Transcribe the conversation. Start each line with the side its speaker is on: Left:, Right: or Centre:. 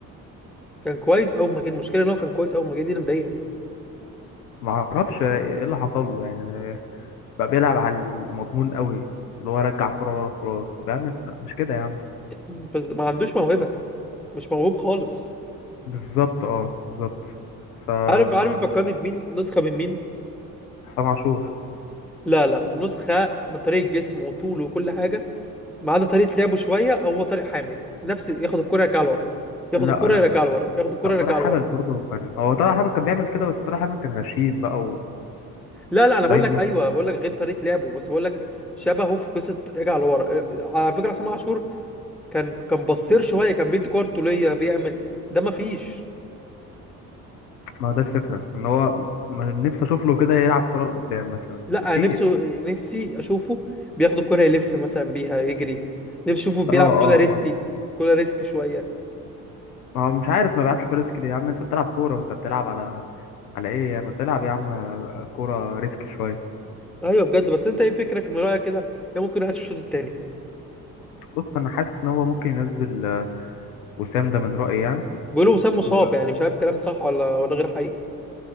Centre: كان كويس اول ما جه المشكله ان هو كان كويس اول ما جه دي اللي مضايقني
Left: ما اعرفش ايه اللي حصل له يعني بقى بيلعب على المضمون قوي اللي هو رجع الكره ورا خلاص طب يا عم لا مش كده يا عم
Centre: بس ما عندوش موهبه مش موهوب خالص
Left: بالظبط اه بالظبط فما
Centre: عارف عارف يفكرني بمين نسخه من مين
Left: حسام عاشور
Centre: لا لا لا، نسخه من طريقه جسمه وطوله وكل حاجه ما عدا طريقه لعبه شويه هو طارق حامد نفس ياخد الكره يرجعها لورا ياخد
Left: لا
Centre: الكره
Left: لا
Centre: يرجعها لورا ياخد الكره
Left: لا
Centre: يرجعها
Left: طارق حامد
Centre: لورا
Left: برضه كان هو طارق حامد كان بيعمل كده بس طارق حامد كان غشيم بقى
Centre: لا لا انا
Left: ودايما
Centre: بقول لك ايوه بقول لك غير طريقه لعبه بس بقول لك شبهه في قصه رجع لورا على فكره عصام عاشور كان كان بصير شويه كان بيدي كور طوليه بيعمل ده ما فيش
Left: ما هو ده الفكرة ان هو م- نفسي اشوف له كده يلعب كورة لقدام مثلا
Centre: لا
Left: مفيش
Centre: أنا نفسه نفسي اشوفه بياخد الكرة يلف مثلا بيها يجري نفسي اشوفه بيلعب
Left: اه اه
Centre: كرة ريسكي
Left: اه
Centre: كرة ريسكي شوية
Left: ما هو مش عارف ما بيلعبش كورة ريسك ليه يا عم انت بتلعب كورة انت بتلعب على على ايه يعني ما تلعب يا عم كورة ريسك شوية
Centre: ايوه بجد بس انت ايه فكرك من رأيك كده يا ممكن ينقص الشوط التاني
Left: بص انا حاسس ان هو ممكن ينزل آه، وسام ده من رأيي يعني
Centre: بيقولوا وسام مصاب
Left: و-
Centre: يعني مش عارف الكلام ده صح ولا ولا غير حقيقي